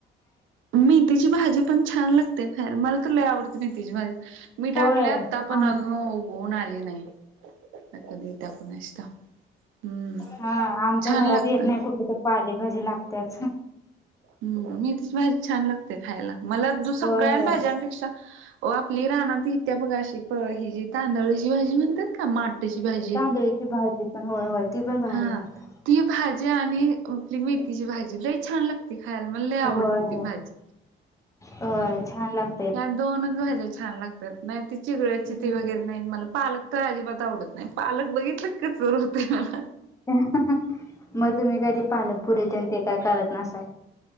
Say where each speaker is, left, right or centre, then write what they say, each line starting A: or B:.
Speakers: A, on the right; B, on the left.
A: मीथीची भाजी पण छान लागतिया खायला मला तर लय आवडते मेथीची भाजी. मी
B: होय
A: टाकलीया आता पण
B: आम
A: अजून उगवून आली नाय. आता कधी येतीया कुणाश ठाऊक हम्म
B: हा आमच्या
A: छान
B: घरात
A: लागतं.
B: एक नाही कुठली तर पालेभाजी लागते छा
A: मेथीची भाजी छान लागते खायला मला सगळ्यां
B: होय होय
A: भाज्यांपेक्षा हो आपली राना इतिया त बघा आशी प हेजी तांदळची भाजी म्हणतात का माटची भाजी
B: त्येची भाजी पण होय होय ती पण भारी
A: हा
B: लागतीया.
A: ती भाजी आणि आपली मेथीची भाजी लई छान लागती खायला मला लई आवडती
B: होय
A: ती
B: होय
A: भाजी.
B: होय छान लाग
A: या दोनच भाज्या छान लागतात नाय ति चिगळ
B: हम्म
A: ची ती वगैरे नाय मला पालक तर अजिबात आवडत नाय पालक बघितलं कसतत होतय मला.
B: मग तुम्ही काय ते पालकपूरी तेन काय करत नसाल?